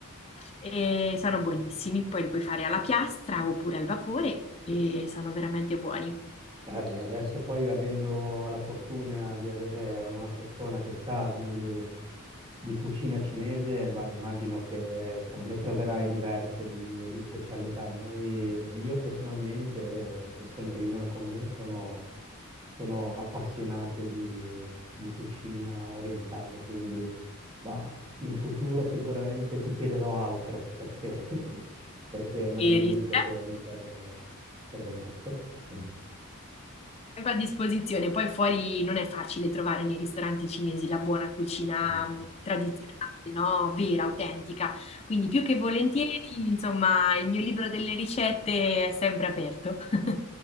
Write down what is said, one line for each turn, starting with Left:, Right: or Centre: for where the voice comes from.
Left: e sono buonissimi, poi li puoi fare alla piastra oppure al vapore e sono veramente buoni.
Right: Vabbè, adesso poi avendo la fortuna di avere una persona che sa di, di cucina cinese, bah, immagino che insomma, ne proverai diverse di, di specialità. Noi, io personalmente, e le, le persone che vivono con me sono, sono appassionate di, di cucina orientale, quindi bah, in futuro sicuramente ti chiederò altro perché, <laughs> perché è un argomento
Left: E ris-
Right: che mi serve serve molto. <laughs>
Left: sempre a disposizione. Poi fuori non è facile trovare nei ristoranti cinesi la buona cucina
Right: Mm.
Left: mh, tradizionale, no? Vera, autentica. Quindi più che volentieri, insomma, il mio libro delle ricette è sempre aperto. <laughs>